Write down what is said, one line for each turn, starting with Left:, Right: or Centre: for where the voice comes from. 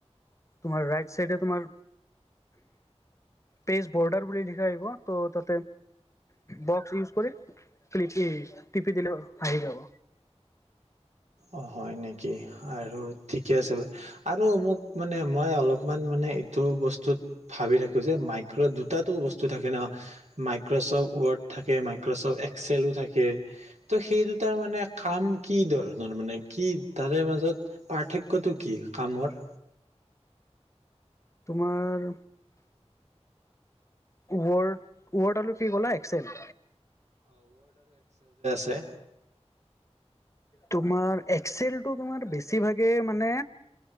Left: তোমাৰ ৰাইট চাইডে তোমাৰ পেজ বৰ্ডাৰ বুলি লিখা আহিব, ত' তাতে বক্স ইউজ কৰি ক্লিক টিপি দিলে আহি যাব
Right: অ হয় নেকি আৰু ঠিকে আছে ব আৰু মোক মানে মই অলপমান মানে এইটো বস্তুত ভাবি থাকোঁ যে মাইক্ৰ' দুটাাতটো বস্তু থাকে ন মাইক্ৰ'চফ্ট ৱৰ্ড থাকে মাইক্ৰচফট এক্সেলো থাকে ত' সেই দুটাৰ মানে খাম কি দল মানে কি তাৰে মাজত পাৰ্থক্যটো কি কামৰ
Left: তোমাৰ ৱৰ্ড ৱৰ্ডলটো কি ক'লা এক্সেল
Right: এ
Left: তোমাৰ এক্সলেটো বেছি মানে